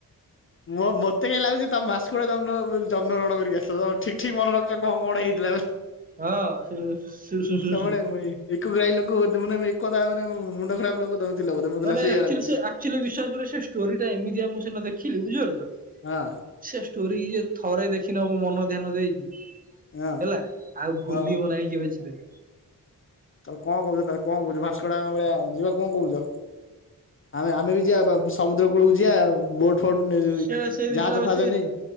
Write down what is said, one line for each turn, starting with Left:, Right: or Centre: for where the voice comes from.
Left: ମ ମତେ କିଆଁ ଲାଗୁଛି ତମେ ଭାସ୍କୋଡାଗାମା ଜଣ ଗଣନା କରିକି ଆସିଥିଲ ତମ ଠିକ ଠିକ ମନେ ରଖଛ କଣ ହେଇଥିଲା।
Right: ହଁ ସେ
Left: ତମ ଭାଇ ଏକ ଗ୍ରାଇ ଲୋକେ ମ ଏକଥା ମାନେ <unintelligible> ମୁଣ୍ଡ ଖରାପ ଲୋକ ଥିଲ ବୋଧେ ମତେ
Right: ମାନେ
Left: ସେଇଆ
Right: ଆକଚୁଆଲି
Left: ଲାଗୁଛି।
Right: ସେ ଆକଚୁଆଲି ବିଶ୍ୱାସ କରିବ ସେ ଷ୍ଟୋରୀ ସେ ଏମିତିଆ ମୁଁ ସିନା ଦେଖିଲି ବୁଝିପାରୁଛ
Left: ହଁ
Right: ସେ ଷ୍ଟୋରି ଇଏ ଥରେ ଦେଖିନବ ମନ ଧ୍ୟାନ ଦେଇ
Left: ହଁ
Right: ହେଲା ଆଉ ଭୁଲିବନାଇ
Left: ହଁ
Right: କେବେ ଯିବେନେ
Left: ତାହେଲେ କଣ କହୁଛ ତାହେଲେ କଣ କହୁଛ ଭାସ୍କୋଡାଗାମା ଭଳିଆ ଯିବା କଣ କହୁଛ। ଆମେ ଆମେ ବି ଯିବା ସମୁଦ୍ର କୂଳକୁ ଯିବା ବୋଟ ଫୋଟ ଯୋଉ
Right: ସେଇଟା ସେଇ ଜିନିଷଟା
Left: ଜାହାଜ ଫାହାଜ
Right: ସେ
Left: ନେଇକି